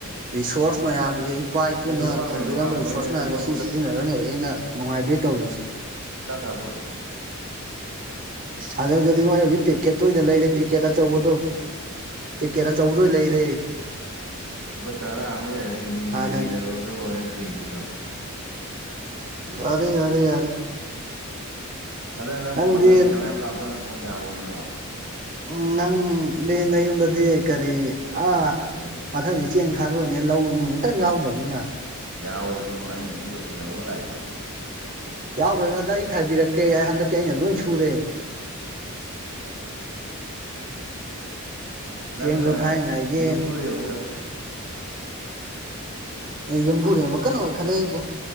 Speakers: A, on the right; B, on the right.
A: ꯔꯤꯁꯣꯔꯁ ꯃꯌꯥꯝꯁꯤ ꯏꯄꯥ ꯏꯄꯨꯅ
B: ꯁꯦ ꯂꯨꯄꯥ
A: ꯊꯝꯕꯤꯔꯝꯕ
B: ꯀꯩꯅꯣ ꯀꯥꯞꯄꯒꯦ
A: ꯔꯤꯁꯣꯔꯁ
B: ꯁꯦ
A: ꯃꯌꯥꯝꯁꯦ
B: ꯂꯨꯄꯥ ꯀꯨꯟꯊ꯭ꯔꯥ
A: ꯁꯤ ꯁꯤꯖꯤꯟꯅꯔꯅꯦ ꯑꯩꯅ ꯅꯨꯡꯉꯥꯏꯗꯣꯏ ꯇꯧꯔꯤꯁꯦ
B: ꯇ ꯀꯕꯦ <inaudible>
A: ꯁꯥꯟꯅꯔꯒꯗꯤ ꯍꯣꯏ ꯍꯧꯖꯤꯛ ꯄꯦꯛꯀꯦꯠꯇ ꯑꯣꯏꯅ ꯂꯩꯔꯦ ꯄꯦꯛꯀꯦꯠ ꯑꯆꯧꯕꯗꯣ ꯄꯦꯛꯀꯦꯠ ꯑꯆꯧꯕꯗ ꯑꯣꯏ ꯂꯩꯔꯦ
B: ꯂꯨꯄꯥ ꯇꯔꯥ ꯑꯃꯒ ꯍꯦꯜꯂꯛꯒꯦ ꯃꯤ
A: ꯍꯥꯟꯅꯒꯤ
B: ꯃꯤ ꯑꯅꯤ ꯂꯩꯔꯣ ꯑꯗꯨꯒ ꯑꯣꯔꯦꯟ ꯆꯦꯡꯖꯨ ꯆꯥꯎ
A: ꯑꯔꯦ ꯌꯥꯔꯦ ꯌꯥꯔꯦ
B: ꯍꯟꯗꯛ ꯅꯪ
A: ꯅꯪꯗꯤ
B: ꯐꯣꯟꯗꯣꯏ ꯄꯩꯥꯁꯥ ꯃꯌꯥꯝ ꯀꯞꯁꯜꯂ ꯅꯪ ꯐꯣꯟ ꯌꯥꯍꯜꯂꯨꯅꯣꯔꯣ
A: ꯎꯝ ꯅꯪ ꯗꯤ ꯅꯌꯨꯝꯗꯗꯤ ꯀꯔꯤ ꯑ
B: ꯀꯔꯤ
A: ꯃꯊꯪꯗꯤ ꯆꯦꯡ ꯊꯥꯔꯨꯔꯣꯏꯅꯦ ꯂꯧ ꯅꯨꯡ ꯀꯔꯤꯝ ꯌꯥꯎꯗ꯭ꯔꯝꯅꯤꯅ
B: ꯌꯥꯎꯋꯦ ꯏꯕꯨꯡꯉꯣ ꯑꯩꯅꯅꯤ ꯂꯣꯏꯁꯤꯜꯂꯝꯃꯒ ꯂꯥꯛꯏꯗꯣ
A: ꯌꯥꯎꯗꯔꯖꯨ ꯍꯟꯗꯛ ꯑꯩ ꯈꯥꯏꯕꯤꯔꯛꯀꯦ ꯑꯩ ꯍꯟꯗꯛꯇꯤ ꯑꯩꯅ ꯂꯣꯏꯟ ꯁꯨꯔꯦ
B: ꯅꯪꯅ
A: ꯆꯦꯡꯗꯣ ꯊꯥꯏꯉꯥꯏꯒꯤ
B: ꯌꯨꯝꯕꯨꯔꯦꯝ
A: ꯑꯩ ꯌꯨꯝꯕꯨꯨꯔꯦꯝꯕ ꯀꯟꯅ ꯑꯣꯏꯈꯜꯂꯛꯏꯕꯣ